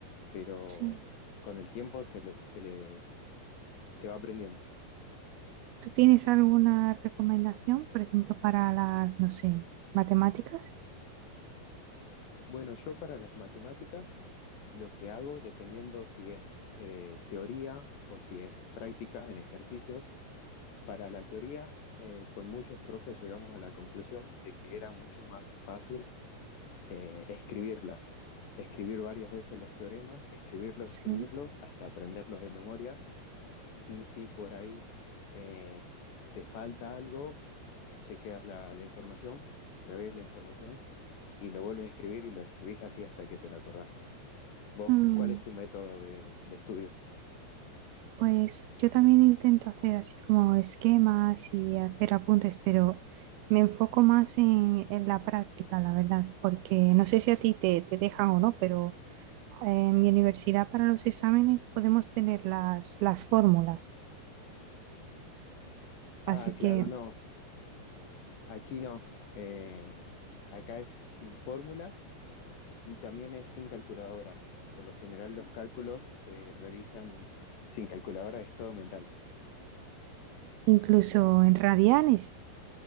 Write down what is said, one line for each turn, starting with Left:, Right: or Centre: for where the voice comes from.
Left: pero
Right: Sí.
Left: con el tiempo se le, se le se va aprendiendo.
Right: ¿Tú tienes alguna recomendación, por ejemplo, para las, no sé, matemáticas?
Left: Bueno, yo para las matemáticas lo que hago, dependiendo si es eh, teoría o si es práctica en ejercicios, para la teoría eh, con muchos profes llegamos a la conclusión de que era mucho más fácil eh, escribirla, escribir varias veces los teoremas, escribirlos,
Right: Sí.
Left: escribirlos, hasta aprenderlos de memoria y si por ahí eh, te falta algo, chequeas la, la información, revés la información y lo vuelves a escribir y lo escribís así hasta que te lo acordás. ¿Vos
Right: Mm,
Left: cuál es tu método de, de estudio?
Right: pues yo también intento hacer así como esquemas y hacer apuntes, pero me enfoco más en, en la práctica, la verdad, porque no sé si a ti te, te dejan o no, pero en mi universidad para los exámenes podemos tener las, las fórmulas.
Left: Ah,
Right: Así
Left: claro,
Right: que
Left: no, aquí no. Eh, acá es sin fórmulas y también es sin calculadora. Por lo general los cálculos se realizan sin calculadora, es todo mental.
Right: incluso en radianes.